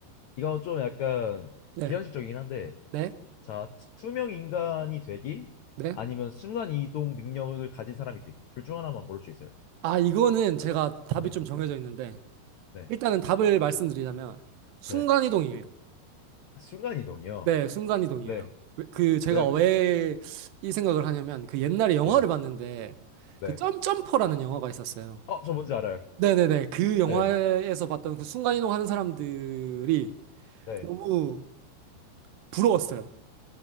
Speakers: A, on the left; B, on the right.
A: 이건 좀 약간
B: 네,
A: 비현실적이긴 한데
B: 네,
A: 자 투- 투명 인간이 되기
B: 네.
A: 아니면 순간 이동 능력을 가진 사람이 되기 둘 중 하나만 고를 수 있어요.
B: 아, 이거는 제가 답이
A: 네.
B: 좀 정해져 있는데,
A: 네.
B: 일단은 답을 말씀드리자면 순간이동이에요.
A: 네. 아, 순간 이동이요.
B: 네, 순간이동이에요.
A: 네.
B: 왜- 그 제가
A: 왜요?
B: 왜 이 생각을 하냐면 그 옛날에 영화를
A: 네.
B: 봤는데
A: 네.
B: 그 점점퍼라는 영화가 있었어요.
A: 어, 저 뭔지 알아요.
B: 네네네. 그 영화에서
A: 네.
B: 봤던 그 순간이동하는 사람들이
A: 네.
B: 너무 부러웠어요.